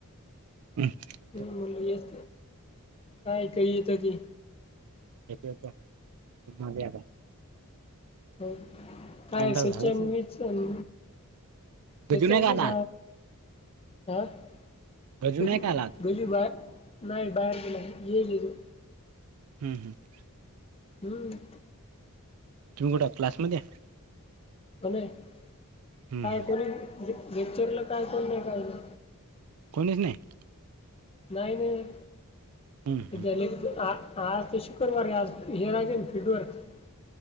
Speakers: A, on the right; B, on the left.
A: हं <unintelligible>
B: त म्हटल येस काय काही येत ती
A: येत येतध्ये आ <unintelligible>
B: हो काय
A: शांत झालंच
B: स चन
A: नाही.
B: वचन सोचन
A: गजू नाही का
B: मी
A: आला
B: स
A: आज
B: ह <unintelligible>
A: गजू
B: ज
A: नाही का आला आज
B: गजी बाहे नाही बाहेर गे नाही येजो
A: हम्म हम् <unintelligible>
B: हम्म <unintelligible>
A: तुमहीोटं क्लासमध्ये <unintelligible>
B: काय
A: हम्म हम्म
B: कोणी गेक्चरला काय कोण नाही कायला
A: कोणीच नाही <unintelligible>
B: नाही नाही
A: हम्म
B: सध्या
A: हम्म
B: आज ते शु कर्रवारे आज हे रागे फीडवर्क <unintelligible>